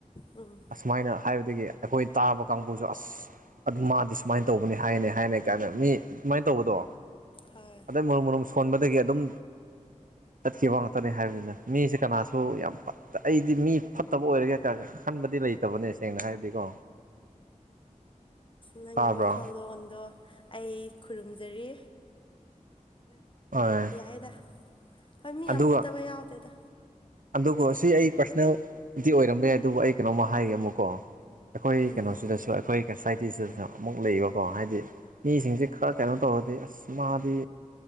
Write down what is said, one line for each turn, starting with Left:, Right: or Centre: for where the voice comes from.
Left: ꯎꯝ
Right: ꯑꯁꯨꯃꯥꯏꯅ ꯍꯥꯏꯕꯗꯒꯤ ꯑꯩꯈꯣꯏ ꯇꯥꯕ ꯀꯥꯡꯕꯨꯁꯨ ꯑꯁ ꯑꯗꯨ ꯃꯥꯗꯤ ꯁꯨꯃꯥꯏꯅ ꯇꯧꯕꯅꯤ ꯍꯥꯏꯅꯦ ꯍꯥꯏꯅꯦ ꯀꯥꯏꯅ ꯃꯤ ꯑꯗꯨꯃꯥꯏꯅ ꯇꯧꯕꯗꯣ
Left: ꯍꯣꯏ
Right: ꯑꯗꯩ ꯃꯔꯨꯝ ꯃꯔꯨꯝ ꯁꯣꯟꯕꯗꯒꯤ ꯑꯗꯨꯝ ꯆꯠꯈꯤꯕ ꯉꯥꯛꯇꯅꯦ ꯍꯥꯏꯕꯅꯤꯅ ꯃꯤꯁꯦ ꯀꯅꯥꯁꯨ ꯌꯥꯝ ꯑꯩꯗꯤ ꯃꯤ ꯐꯠꯇꯕ ꯑꯣꯏꯔꯒꯦ ꯍꯥꯏꯇꯥꯦ ꯈꯟꯕꯗꯤ ꯂꯩꯇꯕꯅꯦ ꯁꯦꯡꯅ ꯍꯥꯏꯔꯗꯤꯀꯣ
Left: ꯅꯪꯒꯤ
Right: ꯇꯥꯕ꯭ꯔꯣ
Left: ꯋꯥꯈꯜꯂꯣꯟꯗꯣ ꯑꯩ ꯈꯨꯔꯨꯝꯖꯔꯤ
Right: ꯍꯣꯏ
Left: ꯌꯥꯏꯗ ꯍꯣꯏ ꯃꯤ
Right: ꯑꯗꯨꯒ
Left: ꯌꯥꯝ ꯐꯠꯇꯕ ꯌꯥꯎꯗꯦꯗꯥ
Right: ꯑꯗꯨꯒ ꯁꯤ ꯑꯩ ꯄꯥꯔꯁꯣꯅꯦꯜꯗꯤ ꯑꯣꯏꯔꯝꯕ ꯌꯥꯏ ꯑꯗꯨꯕꯨ ꯑꯩ ꯀꯩꯅꯣꯝꯃ ꯍꯥꯏꯒꯦ ꯑꯃꯨꯛꯀꯣ ꯑꯩꯈꯣꯏ
Left: ꯎꯝ
Right: ꯀꯩꯅꯣꯁꯤꯗꯁꯨ ꯑꯩꯈꯣꯏ ꯁꯣꯁꯥꯏꯇꯤꯁꯤꯗꯁꯨ ꯑꯃꯨꯛ ꯂꯩꯕꯀꯣ ꯍꯥꯏꯗꯤ ꯃꯤꯁꯤꯡꯁꯦ ꯈꯔ ꯀꯩꯅꯣ ꯇꯧꯔꯗꯤ ꯑꯁ ꯃꯥꯗꯤ